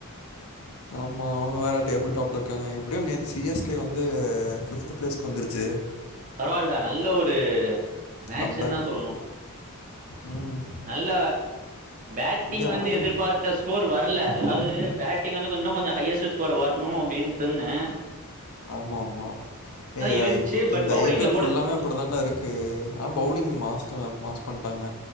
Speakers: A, on the left; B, on the right.
A: மா அவங்க வேற டேபிள் டாப்ல இருக்காங்க எப்டியும் நேத்து சி எஸ் கே வந்து பிப்த்து பிளேஸ்கு வந்துருச்சு
B: பரவால்லடா நல்ல ஒரு மேட்ச்னுதா
A: கம்பேக்கு
B: சொல்ணு
A: ம்
B: நல்ல பேட்டிங்
A: இது
B: வந்து
A: ஆனால்
B: எதிர்பார்த்த
A: என்ன
B: ஸ்கோர் வரல அதாவது பேட்டிங் வந்து கொ இன்னு கொஞ்ச ஹையஸ்ட்டு ஸ்கோர் வரணு அப்டிருந்த <inaudible>
A: ஆமா ஆமா ஏ
B: இருந்துச்சு
A: இந்
B: பட்
A: இந்த
B: பவுலிங்ல
A: ஐ பி எல்
B: போட்டு
A: ஃபுல்லாமே அப்படி தான்டா இருக்கு ஆனா பவுலிங் மாஸ்து மாஸ் பண்ட்டாங்க